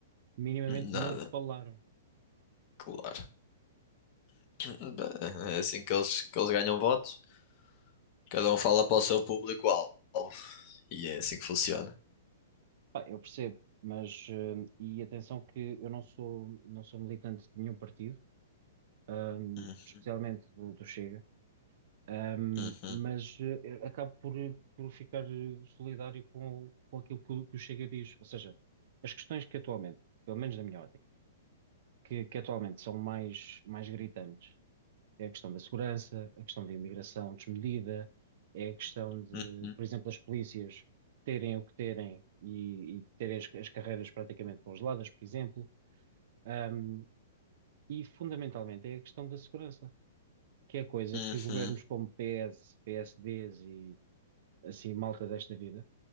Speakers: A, on the right; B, on the left.
A: minimamente
B: Nada,
A: não falaram.
B: claro. Bem, É assim que eles, que eles ganham votos. Cada um fala para o seu público-alvo. E é assim que funciona.
A: Pá, eu percebo, mas, ahm, e atenção que eu não sou, não sou militante de nenhum partido, ahm,
B: Uhum,
A: especialmente do, do Chega, ahm,
B: uhum,
A: mas eh, eu acabo por, por ficar eh, solidário com, com aquilo que, o que o Chega diz. Ou seja, as questões que atualmente, pelo menos na minha ótica, que, que atualmente são mais, mais gritantes é a questão da segurança, a questão da imigração desmedida, é a questão de,
B: uhum,
A: por exemplo, as polícias terem o que terem e, e terem as, as carreiras praticamente congeladas, por exemplo, Ahm, e fundamentalmente é a questão da segurança, que é coisa
B: uhum.
A: que governos como PS, PSDs e assim malta desta vida,